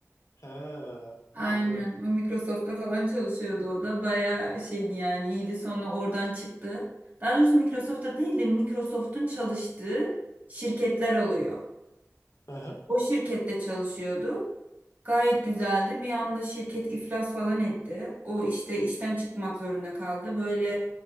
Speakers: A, on the left (about 75°); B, on the right (about 35°).
A: Ha,
B: Aynen.
A: anladım.
B: O Microsoft'ta falan çalışıyordu o da. Bayağı şeydi yani iyiydi. Sonra oradan çıktı. Daha doğrusu Microsoft'ta değil de Microsoft'un çalıştığı şirketler oluyor.
A: Aha.
B: O şirkette çalışıyordu. Gayet güzeldi. Bir anda şirket iflas falan etti. O işte işten çıkmak zorunda kaldı. Böyle